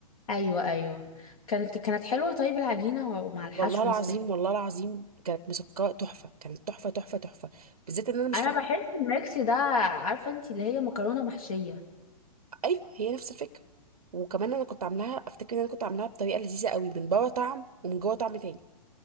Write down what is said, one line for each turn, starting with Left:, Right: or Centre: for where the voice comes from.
Left: أيوة أيوة كانت كانت حلوة طيب العجينة ومع الحشو
Right: والله العظيم
Left: والسلق
Right: والله العظيم كانت مسكره تحفه كانت تحفه تحفه تحفه بالذات ان انا مش
Left: أنا
Right: فاكره
Left: بحس الميكس ده عارفة انتي اللي هي مكرونة محشية
Right: ايوه هي نفس الفكره وكمان انا كنت عاملاها افتكر ان انا كنت عاملاها بطريقه لذيذه قوي من بره طعم ومن جوه طعم تاني